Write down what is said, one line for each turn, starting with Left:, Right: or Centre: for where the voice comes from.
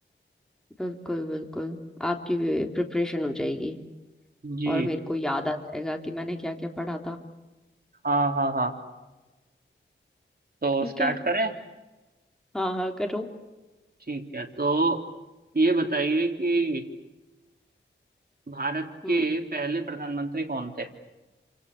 Centre: बिल्कुल बिल्कुल आपकी भी प्रिपरेशन हो जाएगी
Right: जी
Centre: और मेरे को याद आ जाएगा कि मैंने क्या क्या पढ़ा था
Right: हाँ हाँ हाँ तो
Centre: ठीक
Right: स्टार्ट
Centre: है
Right: करें
Centre: हाँ हाँ करो
Right: ठीक है तो ये बताइए कि भारत
Centre: हम्म
Right: के पहले प्रधानमंत्री कौन थे